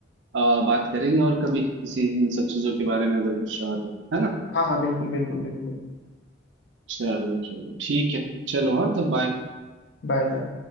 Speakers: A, on the right; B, on the left.
A: आ, बात करेंगे और कभी किसी इन सब चीजों के बारे में अगर कुछ रहा तो है ना
B: हाँ हाँ बिल्कुल बिल्कुल बिल्कुल
A: चलो चलो ठीक है चलो हाँ तब बाय
B: Bye bye